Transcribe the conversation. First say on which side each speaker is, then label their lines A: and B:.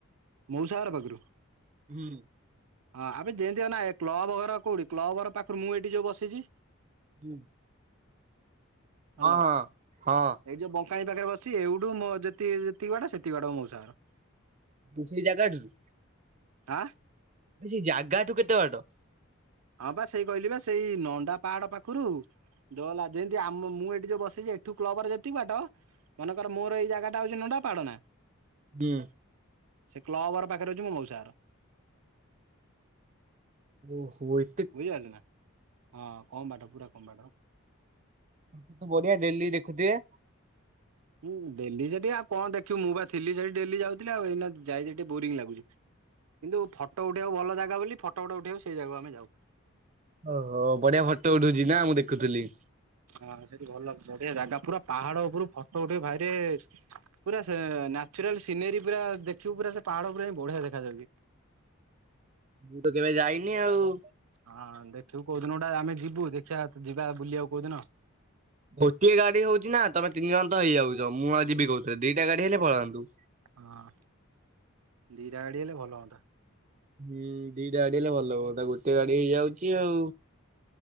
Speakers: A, on the right; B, on the right.
A: ମଉସା ଘର ପାଖୁରୁ।
B: ହୁଁ।
A: ହଁ ଆବେ ଯେନ୍ତି ଅନା ଏ କ୍ଲବ ଘର କୋଉଠି କ୍ଲବ ଘର ପାଖୁରୁ ମୁଁ ଏଠି ଯୋଉ ବସିଚି
B: ହୁଁ।
A: ହାଲୋ
B: ହଁ
A: ଏଇଠି
B: ହଁ
A: ଯୋଉ ବ ପାଣି ପାଖେରେ ବସଚି ଏଉଠୁ ମୋ ଯେତିି ଯେତିକି ବାଟ ସେତିକି ବାଟ ମୋ ମଉସା ଘର।
B: ଉଁ ସେଇ ଜାଗାଠୁରୁ।
A: ଆଁ।
B: ମୁଁ କହିଲି ସେଇ ଜାଗାଠୁ କେତେ ବାଟ?
A: ହଁ ପା ସେଇ କହିଲି ବା ସେଇ ନଣ୍ଡା ପାହାଡ ପାଖୁରୁ ଜଅଲା ଯେନ୍ତି ଆମ ମୁଁ ଏଠି ଯୋଉ ବସଛି ଏଠୁ କ୍ଲବ ଘର ଯେତିକି ବାଟ ମନେକ ମୋର ଏଇ ଜାଗାଟା ହଉଛି ନଣ୍ଡା ପାହାଡ ନା
B: ହୁଁ।
A: ସେ କ୍ଲବ ଘର ପାଖରେ ହଉଛି ମୋ ମଉସା ଘର।
B: ଓହୋ ଏ
A: ବୁଝିପାଇଲେ ନା ହଁ କମ୍ ବାଟ ପୁରା କମ୍ ବାଟ।
B: <inaudible> ତ ବଢିଆ ଡେଲି ଦେଖୁଥିବେ।
A: ମୁଁ ଡେଲି ସେଠି ଆଉ କଣ ଦେଖିବୁ ମୁଁ ବା ଥିଲି ସେଇଠି ଡେଲି ଯାଉଥିଲି ଆଉ ଏଇନା ଯାଇ ସେଠି ବୋରିଙ୍ଗ୍ ଲାଗୁଛି। କିନ୍ତୁ ଫଟ ଉଠେଇଆକୁ ଭଲ ଜାଗା ବୋଲି ଫଟ ଫଟ ଉଠେଇଆକୁ ସେଇ ଜାଗାକୁ ଆମେ ଯାଉ।
B: ଓହୋ ବଢିଆ ଫଟୋ ଉଠୁଚି ନା ମୁଁ ଦେଖୁଥୁଲି।
A: ହଁ ସେଠି ଭଲ ବଢିଆ ଜାଗା ପୁରା ପାହାଡ ଉପୁରୁ ଫଟ ଉଠେଇବୁ ଭାଇରେ ପୁରା ସେ ନ୍ୟାଚୁରାଲ ସିନେରୀ ପୁରା ଦେଖିବୁ ପୁରା ସେ ପାହାଡ ଉପୁରୁ ଯାଇଁକି ବଢିଆ ଦେଖାଯାଉଚି।
B: ମୁଁ ତ କେବେ ଯାଇନି ଆଉ।
A: ହଁ ଦେଖିବୁ କୋଉ ଦିନ ଗୋଟେ ଆମେ ଯିବୁ ଦେଖିଆ ତୁ ଯିବା ବୁଲିଆକୁ କୋଉ ଦିନ।
B: ଗୋଟିଏ ଗାଡି ହଉଚି ନା ତମେ ତିନି ଜଣ ତ ହେଇଯାଉଚ ମୁଁ ଆଉ ଯିବି କୋଉଥେରେ ଦିଟା ଗାଡି ହେଲେ ପଳାନ୍ତୁ।
A: ହଁ ଦିଟା ଗାଡି ହେଲେ ଭଲ ହଅନ୍ତା।
B: ହୁଁ ଦିଟା ଗାଡି ହେଲେ ଭଲ ହୁଅନ୍ତା ଗୋଟିଏ ଗାଡି ହେଇଯାଉଚି ଆଉ।